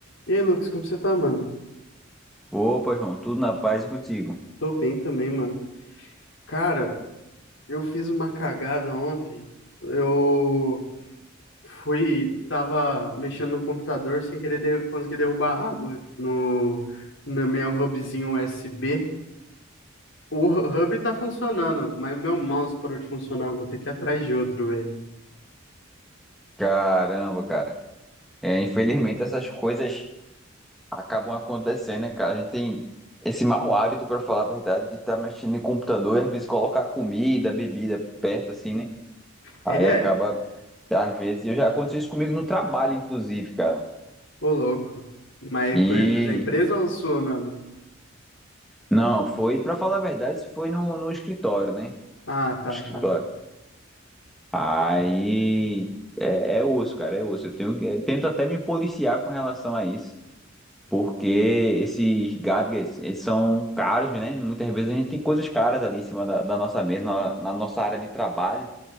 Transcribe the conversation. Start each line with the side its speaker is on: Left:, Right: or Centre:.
Left: E aí, Lucas, como você tá, mano?
Centre: Opa, João, tudo na paz e contigo.
Left: Tô bem também, mano. Cara, eu fiz uma cagada ontem. Eu fui, tava mexendo no computador sem querer de- conseguir derrubar água no, no meu hubzinho USB. O hu- hub tá funcionando, mas meu mouse parou de funcionar. Vou ter que ir atrás de outro, velho.
Centre: Caramba, cara. É, infelizmente essas coisas acabam acontecendo, né, cara? A gente tem esse mau hábito, pra falar a verdade, de estar mexendo em computador e às vezes colocar comida, bebida perto, assim, né?
Left: É,
Centre: Aí acaba, às vezes, eu já aconteceu isso comigo no trabalho, inclusive, cara.
Left: ô louco. Mas
Centre: E
Left: cu- coisa da empresa ou sua mesmo?
Centre: não, foi, pra falar a verdade, isso foi no, no escritório, né?
Left: Ah, tá,
Centre: No escritório.
Left: tá.
Centre: Aí é, é osso, cara, é osso. Eu tenho, que- tento até me policiar com relação a isso. porque esses gadgets, eles são caros, né? Muitas vezes a gente tem coisas caras ali em cima da, da nossa mesa, na, na nossa área de trabalho.